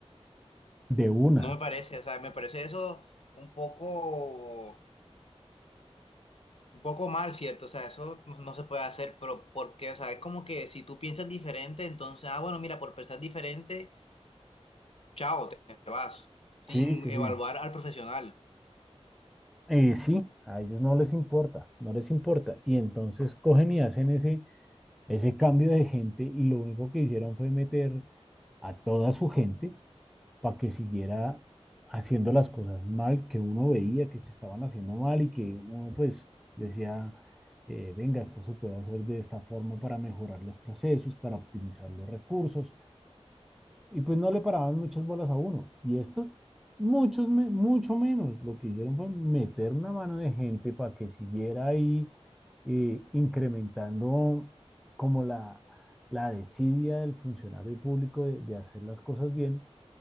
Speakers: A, in the centre; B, on the left.
A: de una.
B: No me parece, o sea, me parece eso un poco... Un poco mal, ¿cierto? O sea, eso no, no se puede hacer, pero ¿por qué? O sea, es como que si tú piensas diferente, entonces, ah, bueno, mira, por pensar diferente, chao, te, te vas, sin
A: Sí, sí,
B: evaluar
A: sí.
B: al profesional.
A: Eh, sí, a ellos no les importa, no les importa. Y entonces cogen y hacen ese ese cambio de gente y lo único que hicieron fue meter a toda su gente para que siguiera haciendo las cosas mal, que uno veía que se estaban haciendo mal y que uno pues decía, eh, venga, esto se puede hacer de esta forma para mejorar los procesos, para optimizar los recursos, y pues no le paraban muchas bolas a uno. Y estos, muchos, me- mucho menos. Lo que hicieron fue meter una mano de gente para que siguiera ahí eh, incrementando como la, la desidia del funcionario público de, de hacer las cosas bien